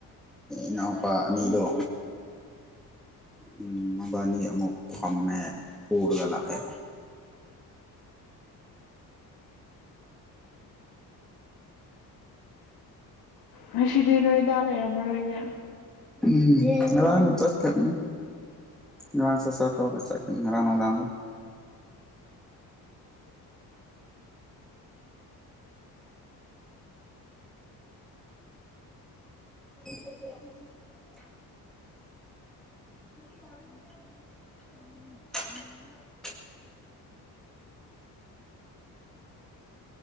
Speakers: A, in the centre; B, on the left.
A: ꯏꯅꯥꯎꯄꯥ ꯑꯅꯤꯗꯣ ꯎꯝ ꯃꯕꯥꯅꯤ ꯑꯃꯨꯛ ꯐꯝꯃꯦ ꯄꯨꯔꯒ ꯂꯥꯛꯑꯦ
B: ꯉꯁꯤꯗꯤ ꯅꯣꯏꯗꯥ ꯂꯩꯔꯝꯃꯔꯣꯏꯅꯦ
A: ꯎꯝ ꯔꯥꯡꯗ ꯆꯠꯀꯅ ꯉꯥꯡ ꯁ ꯁ ꯇꯒ ꯆꯠ ꯔꯥꯡ ꯋꯥꯔꯥꯡꯗ ꯍ <inaudible>